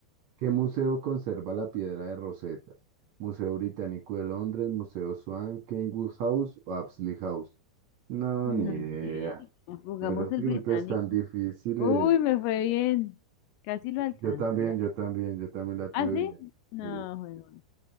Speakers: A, on the right; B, on the left.
A: qué museo conserva la piedra de Rosetta? ¿Museo Británico de Londres, Museo Swan, Kenwood House o Apsley House? No,
B: no,
A: ni idea.
B: eh, pongamos
A: Esas
B: el
A: preguntas
B: británico.
A: tan difíciles.
B: Uy, me fue bien. Casi lo alcanzo,
A: Yo también,
B: ya.
A: yo también, yo también la tuve
B: ¿Ah, sí?
A: bien.
B: No,
A: Sí.
B: bueno.